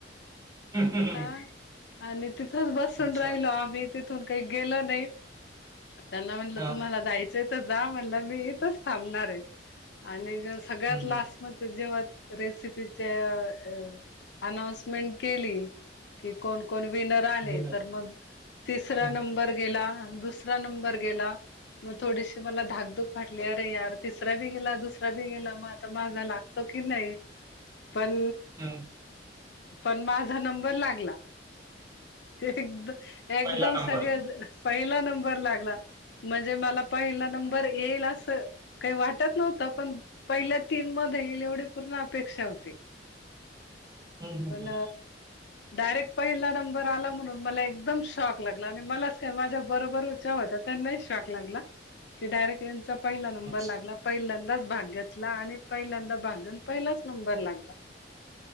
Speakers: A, on the right (about 20°); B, on the left (about 65°).
A: हं, हं, हं.
B: हा आणि तिथच बसून
A: अच्छा.
B: राहिलो आम्हीं. तिथून काही गेलं नाही, त्यांना म्हटलं
A: हां.
B: तुम्हांला जाय चे तर जा म्हणलं मी इथंच थांबणार आहे आणि जेव्हा सगळ्यात
A: हं,
B: लास्ट
A: हं.
B: मग ते जेव्हा रेसिपीच्या अनाऊन्समेंट केली, कि कोण- कोण विनर आले
A: विनय.
B: तर मग तिसरा
A: हं,
B: नंबर गेला, दुस रा नंबर गेला, मग थोडीशी मला धाकधूक वाटली अरे यार तिसरा बी गेला, दुसरा बी गेला मग आता माझा लागतो की नाही पण,
A: हं.
B: पण माझा नंबर लागला. एकद एकदम
A: पहिला नंबर.
B: सगळेजण पहिला नंबर लागला, म्हणजे मला पहिला येईल असं काही वाटत नव्हतं, पण पहिल्या तीन मध्ये येईल एवढी पूर्ण अपेक्षा होती.
A: हं, हं,
B: पण
A: हं.
B: डायरेक्ट पहिला नंबर आला म्हणून मला एकदम शॉक लागला आणि मलाच च काय माझ्या बरोबरीच्या होत्या त्यांना शाॅक लागला की डायरेक्ट यांचा पहिला
A: अच्छा.
B: नंबर लागला, पहिल्यांदाच भाग घेतला आणि पहिल्यांदा भाग घेऊन, पहिलाच नंबर लागला.